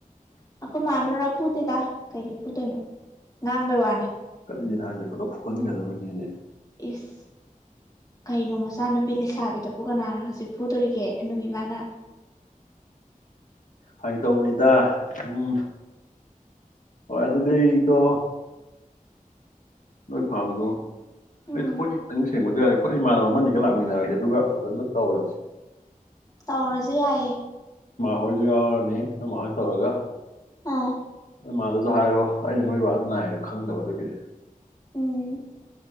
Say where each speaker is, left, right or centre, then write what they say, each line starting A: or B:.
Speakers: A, on the left; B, on the left.
A: ꯑꯩꯈꯣꯏ ꯃꯥꯅꯔꯣ ꯐꯨꯗꯦꯗ ꯀꯩꯒꯤ ꯐꯨꯗꯣꯏꯅꯣ ꯉꯥꯡꯕꯩ ꯋꯥꯅꯤ
B: ꯀꯔꯤꯅ ꯍꯥꯏꯁꯦ ꯈꯔ ꯈꯔ ꯐꯨꯍꯟꯒꯗꯕꯅꯤꯅꯦ
A: ꯏꯁ ꯀꯩꯅꯣ ꯃꯆꯥꯅꯨꯄꯤ ꯂꯩꯁꯥꯕꯤꯗꯕꯨ ꯀꯅꯅꯥ ꯍꯧꯖꯤꯛ ꯐꯨꯗꯣꯔꯤꯒꯦ ꯍꯥꯅꯨꯕꯤꯃꯥꯅ
B: ꯐꯥꯒꯤ ꯇꯧꯕꯅꯤꯗ ꯁꯨꯝ ꯍꯣꯏ ꯑꯗꯨꯗꯤ ꯑꯩꯗꯣ ꯅꯣꯏꯐꯥꯝꯗꯣ
A: ꯎꯝ
B: ꯑꯩꯈꯣꯏ ꯅꯤꯇꯪ ꯁꯦꯡꯕꯗꯤ ꯌꯥꯔꯦ ꯑꯩꯈꯣꯏ ꯏꯃꯥꯟꯅꯕ ꯑꯃꯅꯤꯒ ꯂꯥꯛꯃꯤꯟꯅꯔꯒꯦ ꯑꯗꯨꯒ ꯐꯖꯅ ꯇꯧꯔꯁꯤ
A: ꯇꯧꯔꯖꯦ ꯌꯥꯏꯌꯦ
B: ꯈꯣꯏꯖꯨ ꯌꯥꯎꯔꯅꯤ ꯅꯣꯏ ꯃꯍꯣꯏ ꯇꯧꯔꯒ
A: ꯑꯥ
B: ꯅꯣꯏ ꯃꯥꯗꯁꯨ ꯍꯥꯏꯔꯣ ꯑꯩꯩꯅ ꯅꯣꯏ ꯕꯥꯗꯨ ꯅꯥꯏꯌꯦꯗꯣ ꯈꯪꯗꯕ ꯑꯗꯨꯒꯤ
A: ꯎꯝ